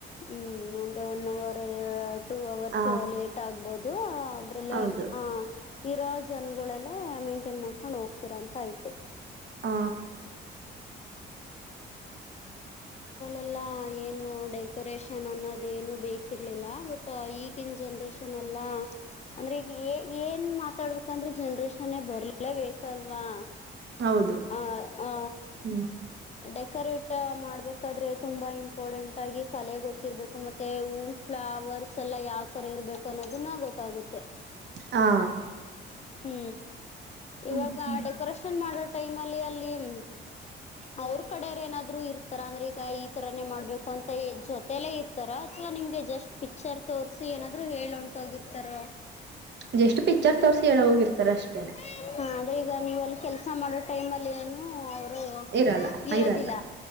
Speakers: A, on the left (about 35°); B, on the right (about 60°).
A: ಹ್ಮ್ ಅಂದ್ರೆ ಒಂದುೂವರು ಟೂ ಅವರ್ಸ್
B: ಹ
A: ಲೇಟ್ ಆಗ್ಬಹುದು ಅದ್ರಲ್ಲಿ
B: ಹೌದು
A: ಆ ಇರೋ ಜನಗಳೆಲ್ಲ ಮೈಂಟೈನ್ ಮಾಡ್ಕೊಂಡ್ ಹೋಗ್ತಿರಂತಯ್ತು.
B: ಹ.
A: ಎಲ್ಲ ಏನು ಡೆಕೋರೇಷನ್ ಅನ್ನೋದ ಏನು ಬೇಕಿರ್ಲಿಲ್ಲ. ಬಟ್ಟ ಈಗನ್ ಜನ್ರೇಷನ್ ಎಲ್ಲಾ ಅಂದ್ರೆ ಈಗ ಏನ್ ಮಾತಾಡ್ಬೇಕಂದ್ರೆ ಜನ್ರೇಷನ್ ಬರ್ಲೇಬೇಕಲ್ವಾ.
B: ಹೌದು
A: ಆ ಆ
B: ಹ್ಮ್.
A: ಡೆಕೋರೇಟ್ ಮಾಡ್ಬೇಕಾದ್ರೆ ತುಂಬಾ ಇಂಪಾರ್ಟೆಂಟ್ ಆಗಿ ಕಲೆ ಗೊತ್ತ ಇರ್ಬೇಕು ಮತ್ತೆ ಫ್ಲವರ್ಸ್ ಎಲ್ಲ ಯಾವ್ ತರ ಇರ್ಬೇಕು ಅನ್ನೋದು ನ ಗೊತ್ತಾಗುತ್ತೆ.
B: ಹಾ.
A: ಹೂ ಇವಾಗ
B: ಹ್ಮ್ ಹ್ಮ್
A: ಡೆಕೋರೇಷನ್ ಮಾಡೋ ಟೈಮ್ ಅಲ್ಲಿ ಅಲ್ಲಿ <unintelligible> ಅವರ ಕಡೇರ ಏನಾದ್ರು ಇರ್ತಾರ ಅಂದ್ರೆ ಈಗ ಈ ತರಾನೇ ಮಾಡ್ಬೇಕು ಅಂತ ಜೊತೇಲ್ಲೇ ಇರ್ತಾರ ಅಥವಾ ನಿಮ್ <unintelligible> ಹಿಂದೆ ಜಸ್ಟ್ ಪಿಕ್ಚರ್ ತೋರ್ಸಿ ಏನಾದ್ರು ಹೇಳ ಹೊಂಟೋಗಿರ್ತಾರೋ <unintelligible> <unintelligible>
B: ಜಸ್ಟ್ ಪಿಕ್ಚರ್ ತೋರ್ಸಿ ಹೇಳ ಹೋಗಿರ್ತಾರ ಅಷ್ಟೇನೆ
A: ಅವ್ರ ಈಗ ನೀವು ಅಲ್ಲಿ ಕೆಲ್ಸ ಮಾಡೋ ಟೈಮ್ಲ್ಲಿ ಏನು ಅವರು
B: ಇರಲ್ಲ
A: ಇರೋದಿಲ್ಲ
B: ಇರಲ್ಲ